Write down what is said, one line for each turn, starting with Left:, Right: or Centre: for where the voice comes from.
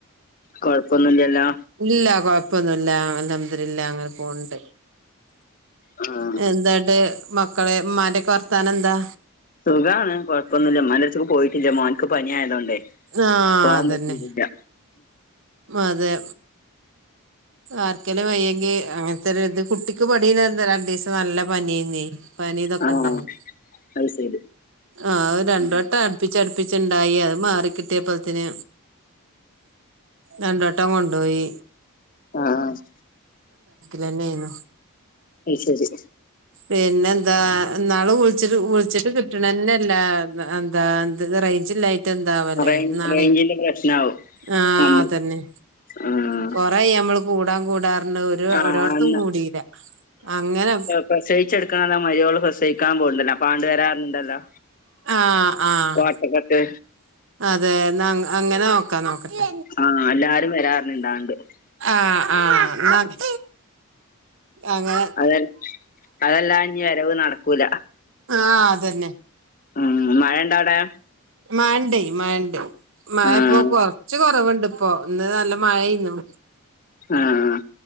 Left: കൊഴ്പ്പൊന്നുല്ലല്ലോ
Right: ഇല്ല കൊഴ്പ്പൊന്നുല്ല അൽഹംദുലില്ലാഹ് അങ്ങനെ പോണ്ട്
Left: ആ
Right: എന്താട്ട് മക്കളെ ഇമ്മാന്റെക്കെ വർത്താനന്താ
Left: സുഖാണ്. കൊഴ്പ്പൊന്നുല്ല. ഇമ്മാന്റെട്ത്ത്ക്ക് പോയിട്ടില്ല. മോൻക്ക് പനി ആയതോണ്ടെ
Right: ആഹ്
Left: പോവാൻ
Right: അതന്നെ
Left: പറ്റീട്ടില്ല
Right: അതെ ആർക്കെലും വയ്യെങ്കി അങ്ങ ഇത്രം ഇത് കുട്ടിക്ക് പണില്ലെന്ന് രണ്ടീസം നല്ല പനിയേന്നേ പനിതൊക്കെ
Left: ഉം
Right: ഇണ്ടായ്ന്നു
Left: ആ അത് ശരി
Right: ആഹ് അത് രണ്ടുവെട്ടം
Left: ഉം
Right: അട്പ്പിച് അട്പ്പിച്ച്ണ്ടായി. അത് മാറിക്കിട്ടിയപ്പഴ്ത്തിന് രണ്ടുവെട്ടം കൊണ്ടോയി
Left: ആഹ് ആഹ്
Right: ലെന്നേന്നു
Left: അയ് ശെരി
Right: പിന്നെന്താ ഇന്നാള് വുൾച്ചിട്ട് വുൾച്ചിട്ട് കിട്ട്ണന്നെല്ല. എന്താ എന്തന്ന് റേഞ്ച് ഇല്ല യ്ട്ടെന്താവല്ലേ
Left: റേഞ്ച്
Right: ഇന്നാളെ
Left: റേഞ്ചിന്റെ പ്രശ്നാവും
Right: ആഹ്
Left: അന്ന്
Right: അതന്നെ
Left: ആഹ്
Right: കൊ റേ ആയി നമ്മള് കൂടാ കൂടാർഞ്ഞ്‌ ഒരു
Left: ആഹ്
Right: ഓരോട്ത്തും
Left: അന്ന്
Right: കൂടിയില്ല അങ്ങനെ
Left: പ്രസവിച്ചെട്ക്ക്ണാന്ന് ആ മരോള് പ്രസവിക്കാൻ പോക്ണ്ടല്ല അപ്പ ആണ്ട് വരാ ണ്ടല്ലോ
Right: ആഹ് ആഹ്
Left: കോട്ടക്കട്ട്
Right: അതെ ന്നാ അങ്ങനെ നോക്കാ നോക്കട്ടെ
Left: ആഹ് എല്ലാരും <unintelligible>
Right: ആഹ് ആഹ് അങ്ങെനെ
Left: അതെ അതെല്ലാ ഇനി വരവ് നടക്കൂല
Right: ആഹ് അതന്നെ
Left: ഉം മഴണ്ടോ അവ്ടെ
Right: മഴണ്ട് മഴണ്ട് മഴ
Left: ആഹ്
Right: ഇപ്പൊ കൊർച്ച് കൊറവുണ്ട് ഇപ്പോ ഇന്ന് നല്ല മഴെന്നു
Left: ആഹ്